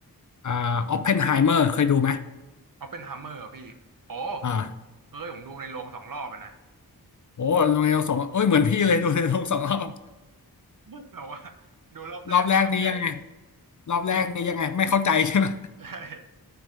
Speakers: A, on the left; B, on the right.
A: อ่าออปเพนไฮเมอร์เคยดูไหม
B: เอาเป็นฮัมเมอร์พี่โอ้
A: อ่า
B: เฮ้ยผมดูในโรงสองรอบเลยนะ
A: โอ้ดูในโรงสองรอบเอ้ยเหมือนพี่เลยดูในโรงสองรอบ
B: <laughs> แต่ว่าดูรอบแรกไม่สนใจ
A: รอบแรกนี้ยังไงรอบแรกนี้ยังไงไม่เข้าใจใช่ไหม
B: <laughs> ใช่